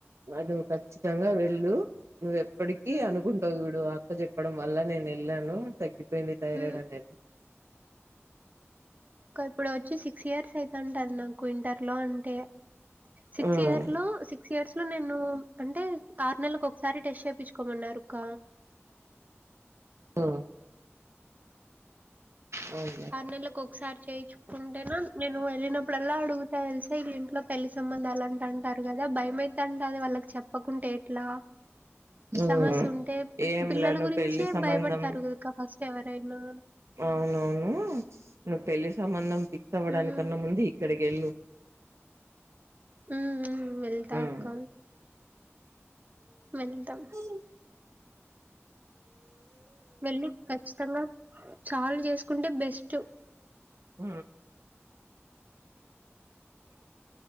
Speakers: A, on the right; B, on the right.
A: ఐతే నువ్వు ఖచ్చితంగా వెళ్ళు నువ్వు ఎప్పటికిీ
B: హ్మ్.
A: అనుకుంటావు చూడు ఆ క్క చెప్పడం వల్ల నేను వెళ్ళాను తగ్గి దేందీ థైరాయిడ్
B: హ్మ్.
A: అనేది
B: ఇప్పుడు వచ్చి సిక్స్ ఇయర్స్ అయితంటంది నాకు ఇంటర్ లో అంటే సిక్స్
A: ఉమ్
B: ఇయర్ లో సి సిక్స్ ఇయర్స్ లో నేను అంటే ఆరు నెలకు ఒకసారి టెస్ట్ చేయించుకోమన్నారుక్క
A: ఒ అవును
B: అరనెల కొక్సారి చేయిచ్చు ఉంటేనా నేను వెళ్ళినప్పుడల్లా అడుగుతా తెలిసా ఇళ ఇంట్లో పెళ్లి సంబంధాలు అంట అంటారు కదా భయం మై తంటది వాళ్ళకి చెప్పకుంటే ఎట్లా
A: ఉమ్
B: సమస్య ఉంటే
A: ఏంలా
B: పిల్లల
A: నువ్వు
B: గురించే
A: పెళ్లి సంబంధం
B: భయపడతారు కదక ఫస్ట్ ఎవరైనా
A: అవునవును నువ్వు పెళ్ళి సంబంధం ఫిక్స్ అవ్వడానికన్న
B: హ్మ్.
A: ముందు ఇక్కడికి వెళ్ళు
B: ఉ ఊ వెళ్తా
A: ఉమ్
B: అక్క వెళ్తా
A: ఉ
B: వేళ్లు ఖచ్చితంగా చాల్ చేసుకుంటే బెస్ట్
A: హ